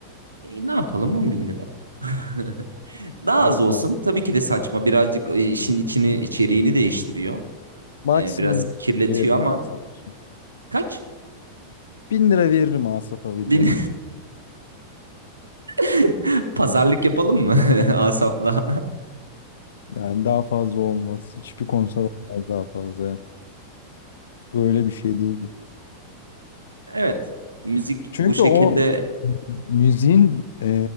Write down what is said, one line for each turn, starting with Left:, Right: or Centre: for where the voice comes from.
Right: E, ne yapalım 10 bin lira. <laughs> Daha az
Left: Yok
Right: olsun.
Left: abi.
Right: Tabii ki de saçma. Birazcık e, işin içini içeriğini değiştiriyor.
Left: Maksimum
Right: E, biraz kirletiyor
Left: veririm
Right: ama
Left: Asaf için.
Right: kaç?
Left: 1000 lira veririm Asaf Abidyan'a.
Right: Bin... <laughs> Pazarlık yapalım mı <laughs> Asaf'la?
Left: Yani daha fazla olmaz. Hiçbir konser olmaz daha fazla. ya. Böyle bir şey değil.
Right: Evet. Müzik
Left: Çünkü
Right: bu şekilde.
Left: o müziğin e,